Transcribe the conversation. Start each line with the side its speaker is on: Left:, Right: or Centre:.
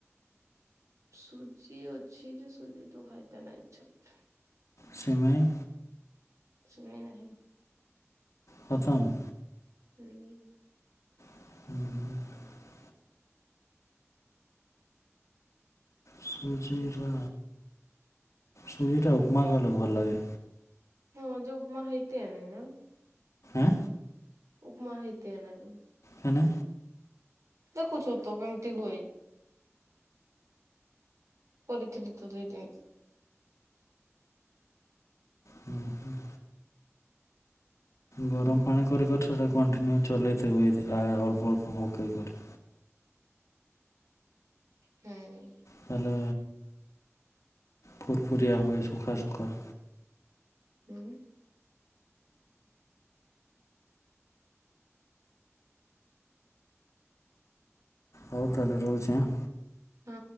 Right: ସୁଜି ଅଛି ଯେ ସୁଜି ତୁ ଖାଇତା ନାଇ ଚ୍ଛେତ
Left: ସିମେଇଁ?
Right: ସିମେଇଁ ନାଇନି।
Left: ଖତମ୍?
Right: <unintelligible>
Left: ହୁଁ। ସୁଜିଟା ସୁଜିଟା ଉପମା କଲେ ଭଲ ଲାଗେ।
Right: ହଁ ଯେଉମା ହେଇତ ନେଇନା।
Left: ଏଁ
Right: ଉପମା ହେଇତେ ନା।
Left: କେନେ
Right: ଦେଖୁଛୁ ତ କମତି ହୁଏ। <inaudible> ତ ଦୁଇଦ
Left: ହୁଁ ହୁଁ। ଗରମ ପାଣି କରିକରି ସେଇଟା କଣ୍ଟିନ୍ୟୁ ଚଲେଇତେ ହୁଏ ଆ ଅଳ୍ପ ଅଳ୍ପ ପକେଇକରି।
Right: ହଁ।
Left: ତାହଲେ ଫୁରଫୁୁରଆ ହୋଇ ଶୁଖା ଶୁଖା
Right: ବ <inaudible>
Left: ହଉ ତାହେଲେ ରହୁଛି ଆଁ
Right: ହଁ।